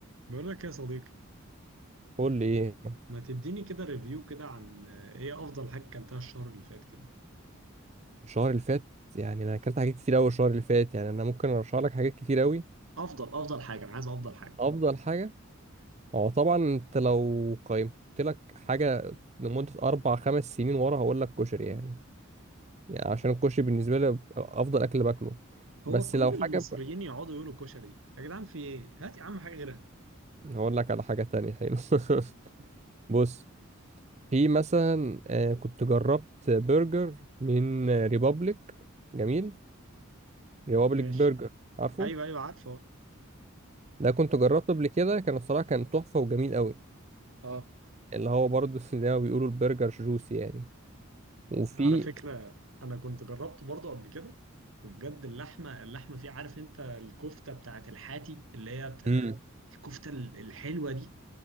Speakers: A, on the right (about 70°); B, on the right (about 30°).
A: بقول لك يا صديقي
B: قول لي ايه
A: ما تديني كده ريفيو كده عن آه، ايه افضل حاجه اكلتها الشهر اللي فات كده
B: الشهر اللي فات يعني انا اكلت حاجات كتير قوي الشهر اللي فات يعني انا ممكن ارشح لك حاجات كتير قوي
A: افضل افضل حاجه انا عايز افضل حاجه
B: افضل حاجه هو طبعا انت لو قيمت لك حاجه لمده اربع خمس سنين ورا هقول لك كشري يعني, يعني عشان الكشري بالنسبه لي افضل اكل باكله
A: هو
B: بس
A: كل
B: لو حاجه
A: المصريين
B: ب...
A: يقعدوا يقولوا كشري يا جدعان في ايه هات يا عم حاجه غيرها
B: هقول لك على حاجه تانية حلو
A: <laughs>
B: <laughs> بص في مثلا آه، كنت جربت برجر من ريبابليك جميل ريبابليك
A: ماشي
B: برجر عارفه
A: ايوه ايوه عارفه
B: ده كنت جربته قبل كده كان الصراحة كان تحفة وجميل قوي
A: اه
B: اللي هو برضه <laughs> زي ما بيقولوا البرجر جوسي يعني وفي
A: على فكره انا كنت جربته برضه قبل كده وبجد اللحمه اللحمه فيه عارف انت الكفته بتاعت الحاتي اللي هي بتاع
B: امم
A: الكفته ال- الحلوه دي